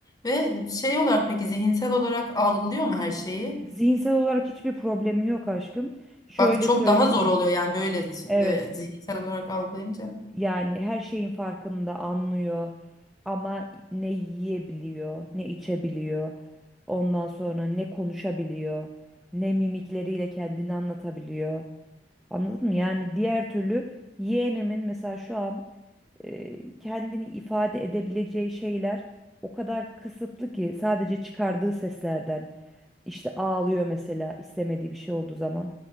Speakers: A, on the left (about 20°); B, in the centre.
A: ve şey olarak peki zihinsel olarak algılıyor mu her şeyi?
B: Zihinsel olarak hiçbir problemi yok aşkım. Şöyle
A: Bak çok
B: söyleyeyim.
A: daha zor oluyor yani böyle
B: Evet.
A: e, zihinsel olarak algılayınca.
B: Yani her şeyin farkında anlıyor ama ne yiyebiliyor, ne içebiliyor. Ondan sonra ne konuşabiliyor, ne mimikleriyle kendini anlatabiliyor. Anladın mı? Yani diğer türlü yeğenimin mesela şu an e, kendini ifade edebileceği şeyler o kadar kısıtlı ki sadece çıkardığı seslerden işte ağlıyor mesela istemediği bir şey olduğu zaman